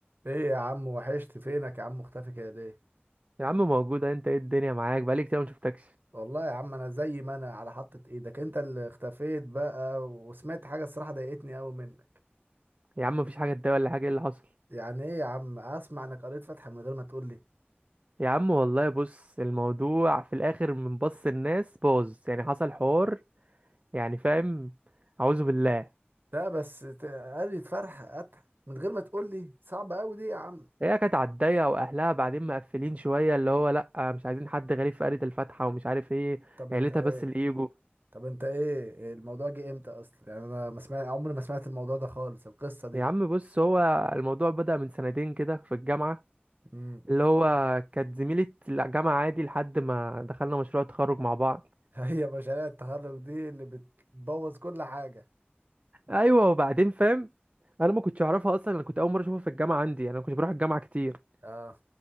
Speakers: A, on the right; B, on the right.
A: ايه يا عم وحشت فينك يا عم مختفي كده ليه
B: يا عم موجودة انت ايه الدنيا معاك بقالي كتير ما شفتكش
A: والله يا عم انا زي ما انا على حطة ايدك انت اللي اختفيت بقى وسمعت حاجة الصراحة ضايقتني قوي منك
B: يا عم مفيش حاجة تضايق ولا حاجة ايه اللي حصل
A: يعني ايه يا عم اسمع انك قريت فتحة من غير ما تقول لي
B: يا عم والله بص الموضوع في الاخر من بص الناس باظ يعني حصل حوار يعني فاهم اعوذ بالله
A: لا بس ت- قريت فرحة فتحة من غير ما تقول لي صعب قوي دي يا عم
B: هي كانت على الضيقة واهلها بعدين مقفلين شوية اللي هو لا مش عايزين حد غريب في قرية الفاتحة ومش عارف ايه
A: طب انت
B: عيلتها
A: ايه
B: بس اللي يجوا
A: طب انت ايه الموضوع جه امتى اصلا يعني انا ما سمعت عمري ما سمعت الموضوع ده خالص القصة دي
B: يا عم بص هو الموضوع بدأ من سنتين كده في الجامعة
A: امم
B: اللي هو كانت زميلة الجامعة عادي لحد ما دخلنا مشروع تخرج مع بعض
A: <laughs> هي مشاريع التخرج دي اللي بتبوظ كل حاجة
B: ايوه وبعدين فاهم انا ما كنتش اعرفها اصلا انا كنت اول مره اشوفها في الجامعه عندي يعني انا ما كنتش بروح الجامعه كتير
A: اه